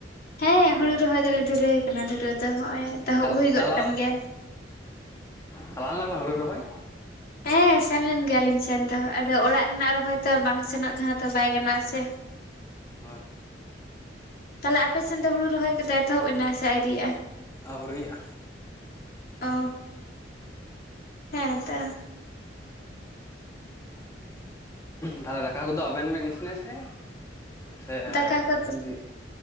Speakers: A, on the left; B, on the left.
A: ᱦᱮᱸ ᱦᱩᱲᱩ ᱨᱚᱦᱚᱭ ᱫᱚᱞᱮ ᱫᱷᱩᱨᱟᱹᱣ ᱠᱟᱱᱟ ᱫᱷᱩᱨᱟᱹᱣ ᱫᱚ ᱦᱚᱜᱼᱚᱭ ᱮᱛᱚᱦᱚᱵ
B: ᱪᱟᱞᱟᱜ
A: ᱦᱩᱭ
B: ᱪᱟᱞᱟᱣ
A: ᱜᱚᱫ ᱠᱟᱱ ᱜᱮᱭᱟ᱾
B: ᱪᱟᱞᱟᱣ ᱞᱮᱱᱟ ᱯᱱ ᱦᱩᱲᱩ ᱨᱚᱦᱚᱭ?
A: ᱦᱮᱸ ᱥᱮᱱ ᱞᱮᱱ ᱜᱮᱭᱟᱞᱤᱧ ᱥᱮᱱ ᱫᱚ ᱟᱫᱚ ᱚᱲᱟᱜ ᱨᱮᱱᱟᱜ ᱨᱚᱦᱚᱭ ᱛᱚ ᱵᱟᱝ ᱥᱮᱱᱚᱜ ᱛᱮᱦᱚ ᱛᱚ ᱵᱟᱭ ᱜᱟᱱᱚᱜ-ᱟ ᱥᱮ
B: ᱦᱳᱭ
A: ᱛᱷᱟᱞᱮ ᱟᱯᱮ ᱥᱮᱱ ᱫᱚ ᱦᱩᱲᱩ ᱨᱚᱦᱚᱭ ᱠᱚᱫᱚ ᱮᱛᱚᱦᱚᱵ ᱮᱱᱟ ᱥᱮ ᱟᱣᱨᱤᱭᱟᱜᱼᱟ?
B: ᱟᱹᱣᱨᱤᱭᱟᱜᱼᱟ
A: ᱚ ᱦᱮᱸ ᱛᱚ
B: ᱛᱟᱦᱚᱞᱮ ᱫᱟᱠᱟ ᱠᱚᱫᱚ ᱟᱵᱮᱱ ᱵᱮᱱ ᱤᱥᱤᱱᱟᱥᱮ? ᱥᱮ
A: ᱫᱟᱠᱟ ᱠᱚ
B: ᱡᱤ